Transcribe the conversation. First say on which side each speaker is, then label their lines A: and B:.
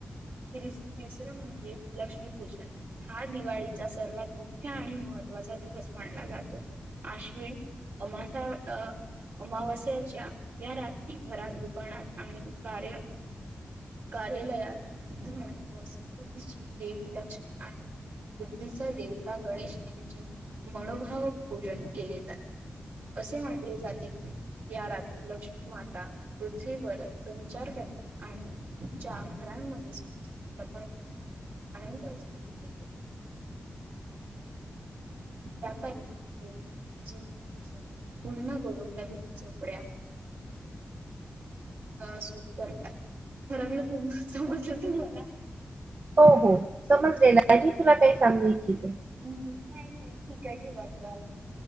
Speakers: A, on the right; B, on the right.
A: त्रिस-तिसरे म्हणजे लक्ष्मीपूजा हा दिवाळीचा सर्वात मुख्य आणि महत्त्वाचा दिवस मानला जातो. अश्विन अमासा अ अमावास <unintelligible> या रात्री घरात, दुकानात आम्ही कार्य कार्यालयात ध व समृद्धीची देवी लक्ष्मी आणि बुद्धीचा देवता गणेश यांची मनोभाव पूजन केले जाते. असे म्हनले जाते की या रात्री लक्ष्मी माता पृथ्वीवर संचार करते आणि <unintelligible> <unintelligible> या दिवशी व्यापारी ज पूर्ण. <unintelligible> करून नवीन चोपड्या अ सुरू करतात. फरकलं तु समजलं तुम्हाला?
B: हो हो. समजलेलं आहे. मी तुला काही सांगू इच्छिते.
A: हम्म नाही नाही ठीक आहे ठेवा ठेवा